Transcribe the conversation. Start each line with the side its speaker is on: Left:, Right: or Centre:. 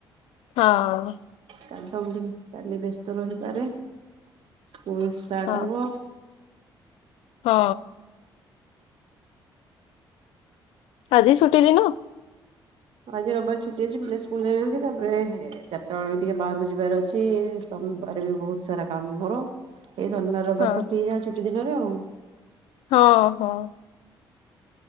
Left: ହଁ।
Right: କାଲି ତ ମୁଁ ତ କାଲି ବ୍ୟସ୍ତ ରହିପାରେ, ସ୍କୁଲ ଷ୍ଟାର୍ଟ
Left: ହଁ।
Right: ହବ।
Left: ହଁ। ଆଜିି ଛୁଟି ଦିିନ?
Right: ଆଜି ରବିବାର ଛୁଟି ଅଛି ପିଲା ସ୍କୁଲ ଯାଇନାହାନ୍ତି, ତାପରେ ଚାରିଟା ବେଳକୁ ବି ଟିକେ ବାହାରକୁ ଯିବାର ଅଛି। ସୋମବାର ବି ବହୁତ ସାରା କାମ ମୋର, ଏଇ ଶନିବାର ରବିବାର
Left: ହଁ
Right: ତ ଫ୍ରି ଯାହା ଛୁଟି ଦିନରେ ଆଉ।
Left: ହଁ- ହଁ।